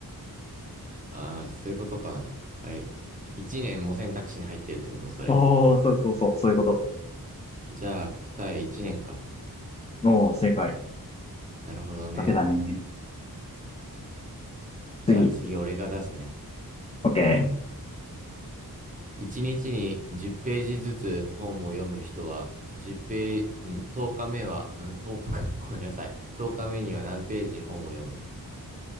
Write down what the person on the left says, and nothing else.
おー、そうそうそう、そういうこと。
おー、正解。
かけだね。
次。
OK。